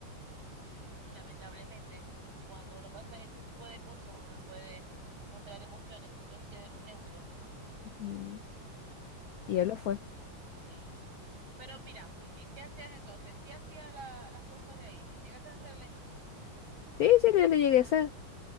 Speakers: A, on the right; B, on the left.
A: sí, y lamentablemente cuando uno pasa en ese tipo de cosas uno no puede mostrar emociones sino ser neutro,
B: Mm.
A: que sepáis.
B: Y él lo fue.
A: Sí. Pero mira, ¿y ¿qué hacías entonces? Sí hacías la- las cosas de ahí y llegaste a hacer el engrudo.
B: Sí, sí, yo lo llegué a hacer.